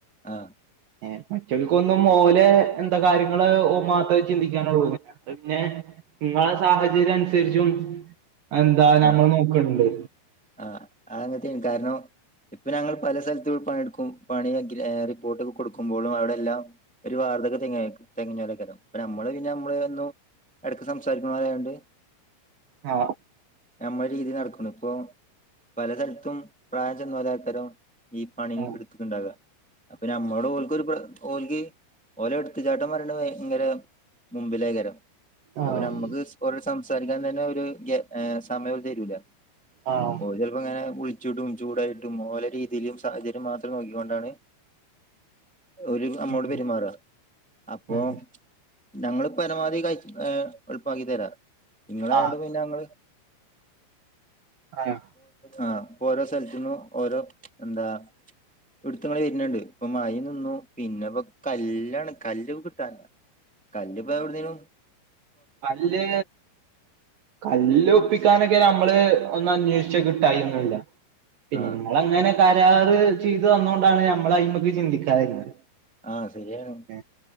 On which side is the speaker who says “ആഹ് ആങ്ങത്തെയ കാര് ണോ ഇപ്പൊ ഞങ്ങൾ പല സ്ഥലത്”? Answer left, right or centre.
Centre